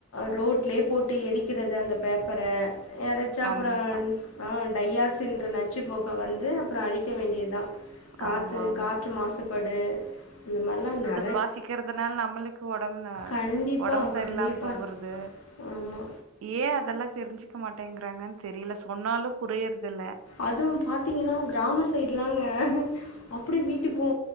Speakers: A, on the left; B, on the right.
A: ரோட்லே போட்டு எரிக்கிறது அந்த பேப்பர யெரச்சா
B: கண்டிப்பா
A: அப்ரோ ஆ டையாக்சின்ற நச்சு பொக வந்து அப்ரோ அழிக்க வேண்டியதா காத்து
B: ஆமா ஆமா
A: காற்று மாசுபடு இந்த மார்லா நெ
B: வாசிக்கிறதுனால நம்மளுக்கு ஒடம் அ
A: கண்டிப்பா
B: ஒடம்பு சரியில்லாம
A: கண்டிப்பா
B: போகுற து
A: ஆமா
B: ஏ அதெல்லா தெரிஞ்சுக்க மாட்டேங்றாங்கன் தெரில சொன்னாலு புரியறது இல்ல
A: அது பாத்திங்கன்னா கிராம சைட்லாங்க அப்டி வீட்டுக்கு